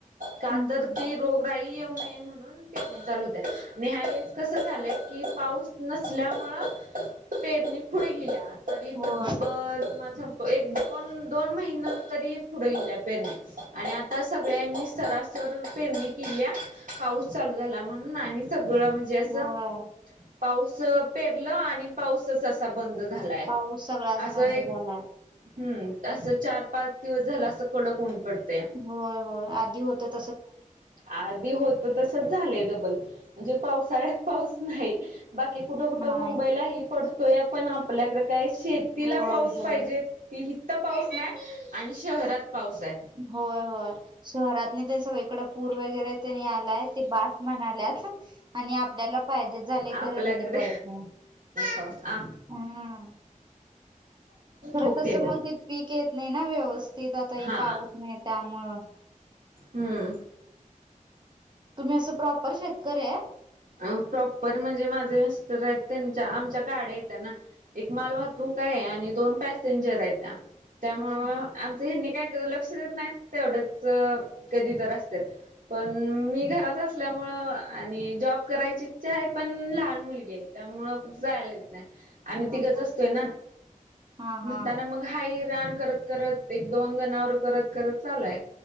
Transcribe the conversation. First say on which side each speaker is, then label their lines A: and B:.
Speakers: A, on the right; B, on the right.
A: का
B: हम्म
A: तर
B: हम्म.
A: ती रोगराई येऊ नये म्हणुन. म्हणून पेरणी चालू होत्या आणि ह्या वेळेस कसं झालंय की पाऊस नसल्यामुळं पेरणी पुढे गेल्या तरी
B: होय
A: तब्बल तुम्हाला सांगतो. एक दोन, दोन महिना तरी पुढे गेल्या पेरणी. आणि आता सगळ्यांनी सरासर पेरणी केिल्या. पाऊस चालू झाला म्हणून आणि, सगळं म्हणजे असं.
B: होय
A: पाऊस पेरलं आणि पाऊसच असा बंद झालाय,
B: पाऊस सगळाच
A: असं
B: बंद
A: एक
B: झालाय.
A: हम्म. असं चार पाच दिवस झालं, असं कडक होऊन पडतंय.
B: होय होय. आधी होतात.
A: आधी होतं. तसंच झालंय डबल म्हणजे, पावसाळ्यात पाऊस नाही. बाकी कुठं कुठं
B: नाही
A: मुंबईलाही पडतोय पण, आपल्याकडे काय शेतीला
B: होय
A: पाऊस
B: होय.
A: पाहिजेत. ती इथं पाऊस नाही. आणि शहरात पाऊस आहे
B: होय होय. शहरातनी तेन सगळीकड पूर वगैरे. त्यांनी आलाय ते बास म्हणायल्यात. आणि आपल्याला पाहिजे झाले
A: आपल्याकडे
B: खरं, नाही पडत नाही.
A: पाऊस आ
B: हम.. खरं
A: हुकते
B: तसं
A: वर
B: मग ते पीक येत नाही ना, व्यवस्थित आता हे
A: हा
B: पाऊस नाही त्यामुळं.
A: हम्म..
B: तुम्ही असं प्रॉपर शेतकरी हाय.
A: अ प्रॉपर म्हणजे माझे मिस्टर आहेत, त्यांच्या आमच्या गाड्या हायत ना. एक माल वाहतूक आहे, आणि दोन पॅसेंजर आहे त्या त्यामुळं.
B: हा
A: हेनी काय लक्ष देत नाहीत ते, एवढंच कधी तर असत्यात. पण मी घरात असल्यामुळं आणि जॉब. करायची इच्छा आहे पण, लहान मुलगी आहे त्यामुळ कुठं जायलं येत नाही. आम्ही
B: हा
A: तिघंच
B: हा
A: असतोय ना,
B: हा
A: म्हणताना
B: हा
A: मग हाय हे रान करतं. करत एक दोन जणांवर करत करत चालूय.